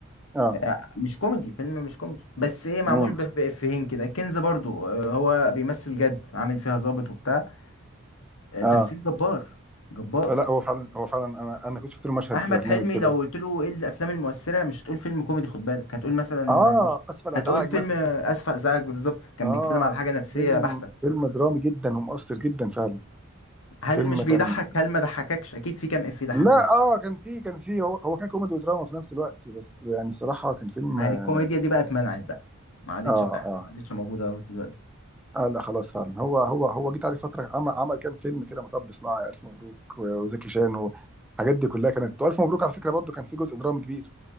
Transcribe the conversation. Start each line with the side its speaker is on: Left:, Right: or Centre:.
Centre: اه
Left: آه، مش كوميدي فيلم مش كوميدي بس ايه معمول
Centre: امم
Left: ب- بافيهين كده الكنز برضو آه، هو بيمثل جد عامل فيها ظابط وبتاع آه، تمثيل
Centre: اه
Left: جبار جبار
Centre: لا هو فعلا هو فعلا انا انا كنت شفت له مشهد
Left: احمد
Centre: في برنامج
Left: حلمي
Centre: كده
Left: لو قلت له ايه الافلام المؤثره مش هتقول فيلم كوميدي خد بالك هتقول مثلا
Centre: اه
Left: مش
Centre: اسف على
Left: هتقول
Centre: الازعاج
Left: فيلم
Centre: مثلا
Left: آه، اسف على الازعاج بالظبط كان
Centre: اه
Left: بيتكلم على حاجه نفسيه
Centre: فيلم
Left: بحته
Centre: فيلم درامي جدا ومؤثر جدا فعلا
Left: هل
Centre: فيلم
Left: مش
Centre: كان
Left: بيضحك هل ما ضحككش اكيد في كام اف ضحكوه
Centre: لا اه كان فيه كان فيه هو هو كان كوميدي ودراما في نفس الوقت بس يعني الصراحه كان فيلم
Left: ما
Centre: اه
Left: هي الكوميديا دي بقى اتمنعت بقى ما عادتش
Centre: اه
Left: بقى ما عادتش موجوده خالص دلوقتي
Centre: اه لا خلاص فعلا هو هو هو جيت عليه فتره عمل عمل كام فيلم كده مطب صناعي الف مبروك و- وزكي شان والحاجات دي كلها كانت والف مبروك على فكره برضو كان فيه جزء درامي كبير